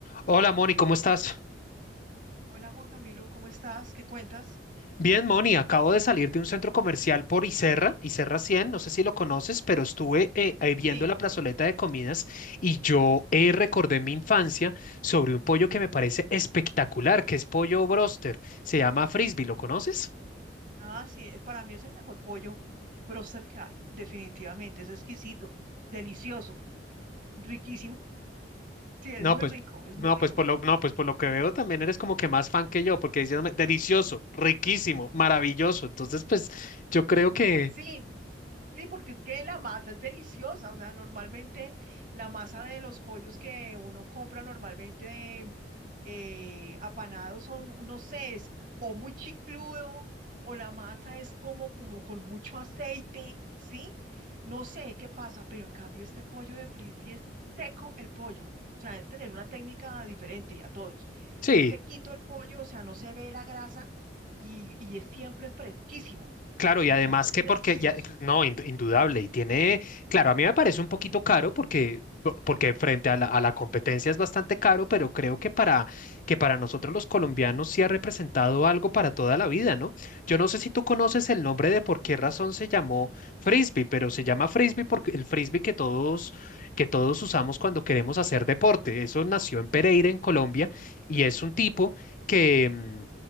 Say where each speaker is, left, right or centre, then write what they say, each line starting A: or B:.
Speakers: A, on the left; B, on the right.
A: Hola Moni, ¿cómo estás?
B: Hola Juan Camilo, ¿cómo estás? ¿Qué cuentas?
A: Bien, Moni, acabo de salir de un centro comercial por Iserra, Iserra cien. no sé si lo conoces, pero estuve eh, ahí viendo
B: Sí,
A: la plazoleta de comidas y yo eh, recordé mi infancia sobre un pollo que me parece espectacular, que es pollo broster, se llama frisbee, ¿lo conoces?
B: ah, sí, eh, para mí es el mejor pollo broster que hay, definitivamente, es exquisito, delicioso, riquísimo. <laughs> Sí, es
A: No,
B: muy
A: pues,
B: rico, es muy
A: no,
B: rico.
A: pues por lo, no, pues por lo que veo también eres como que más fan que yo, porque diciéndome delicioso, riquísimo, maravilloso, entonces pues yo creo que
B: Sí, sí, porque es que la masa es deliciosa, o sea, normalmente la masa de los pollos que uno compra normalmente eh, apanados son, no sé, es o muy chicludo o la masa es como, como con mucho aceite, ¿sí? No sé qué pasa, pero en cambio este pollo de frisbee es seco el pollo. O sea, deben tener una técnica diferente a todos.
A: sí.
B: Es sequito el pollo, o sea, no se ve la grasa y, y es siempre fresquísimo.
A: Claro, y
B: El
A: además
B: sabor
A: que
B: es delicioso.
A: porque, ya, no, ind- indudable, y tiene, claro, a mí me parece un poquito caro porque, po- porque frente a la, a la competencia es bastante caro, pero creo que para, que para nosotros los colombianos sí ha representado algo para toda la vida, ¿no? Yo no sé si tú conoces el
B: ¿eh?
A: nombre de por qué razón se llamó frisbee, pero se llama frisbee porque el frisbee que todos, que todos usamos cuando queremos hacer deporte, eso nació en Pereira, en Colombia, y es un tipo que... mm,